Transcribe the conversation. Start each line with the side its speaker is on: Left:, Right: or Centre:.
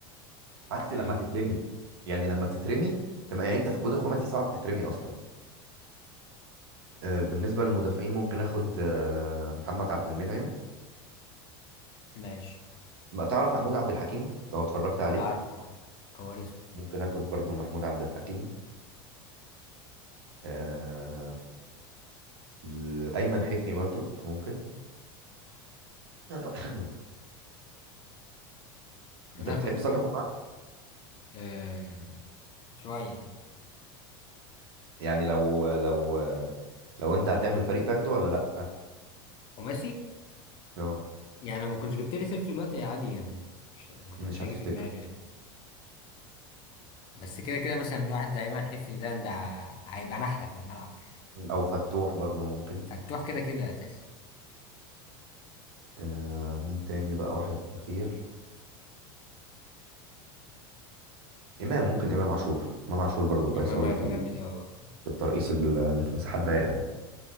Right: عكس
Left: <clears throat>
Right: لما
Left: ايوه
Right: تترمي يعني لما تترمي تبقى يعني انت في الجون الخماسي صعب تترمي اصلا آه، بالنسبه للمدافعين ممكن اخد آه، محمد عبد المنعم
Left: ماشي
Right: ما تعرف محمود عبد الحكيم لو اتفرجت عليه
Left: عارفه كواريسما
Right: ممكن اخد برضو محمود عبد الحكيم آه، ال- ايمن حفني برضو ممكن <coughs>
Left: هناخد
Right: انت بتحب صالح جمعه
Left: آه شويه يعني
Right: يعني لو لو لو انت هتعمل فريق تاخده ولا لا
Left: خماسي
Right: اه
Left: يعني لو ما كنتش جبت لي سيرته دلوقتي عادي يعني مش ما كانش
Right: مش
Left: هيجي
Right: هتفتكر
Left: في دماغي يعني بس كده كده مثلا واحد زي ايمن حفني ده ده هيبقى نحله في الملعب
Right: او فتوح برضو ممكن
Left: فتروح كده كده اساسي
Right: آه مين تاني بقى واحد اخير امام ممكن امام عاشور امام عاشور برضو كويس
Left: امام
Right: قوي
Left: هيبقى
Right: في ال-
Left: جامد قوي برضه
Right: في الترقيص ال- اللي في مساحات ضيقه دي